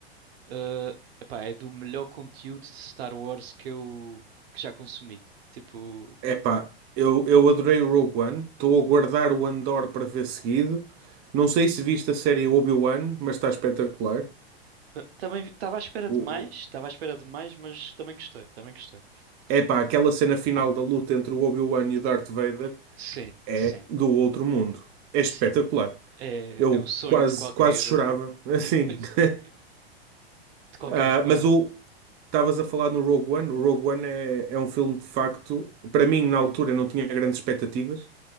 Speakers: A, on the right; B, on the right.
A: eh, epá, é do melhor conteúdo de Star Wars que eu que já consumi. Tipo,
B: Epá, eu, eu adorei o Rogue One, estou a guardar o Andor para ver seguido. Não sei se viste a série Obi-Wan, mas está espetacular.
A: ta- também estava à espera
B: O,
A: de mais, estava à espera de mais, mas também gostei, também gostei.
B: epá, aquela cena final da luta entre o Obi-Wan e o Darth Vader
A: Sim,
B: é
A: sim,
B: do outro mundo. É espetacular.
A: sim. É,
B: Eu
A: é o sonho
B: quase,
A: de qualquer,
B: quase chorava,
A: eh,
B: assim.
A: <laughs>
B: <laughs>
A: de qualquer
B: Ah,
A: fã.
B: mas o estavas a falar no Rogue One. O Rogue One é, é um filme de facto, para mim, na altura, não tinha grandes expectativas,